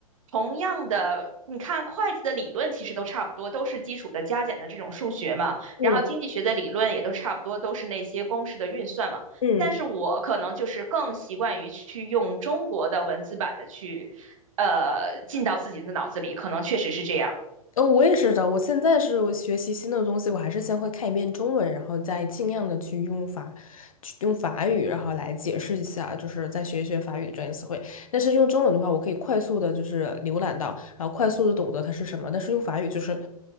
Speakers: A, on the right; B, on the left.
A: 同样的，你看会计的理论其实都差不多，都是基础的加减的这种数学嘛，
B: 嗯
A: 然后经济学的理论也都差不多，都是那些公式的运算嘛。
B: 嗯。
A: 但是我可能就是更习惯于去用中国的文字版的去，呃，进到自己的脑子里，可能确实是这样。
B: 哦，我也是的。我现在是我学习新的东西，我还是先会看一遍中文，然后再尽量的去用法，去用法语，然后来解释一下，就是再学一学法语的专业词汇。但是用中文的话，我可以快速的，就是浏览到，然后快速的懂得它是什么。但是用法语就是